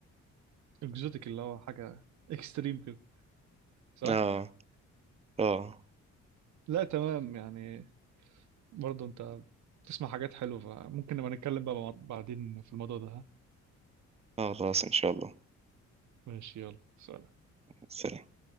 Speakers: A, on the right; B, on the right.
A: اكزوتيك اللي هو حاجة اكستريم كده صح؟
B: اه اه
A: لا تمام يعني برضه أنت بتسمع حاجات حلوة فممكن نبقى نتكلم بقى مع- بعدين في الموضوع ده ها؟
B: اه خلاص ان شاء الله
A: ماشي يلا سلام
B: سلام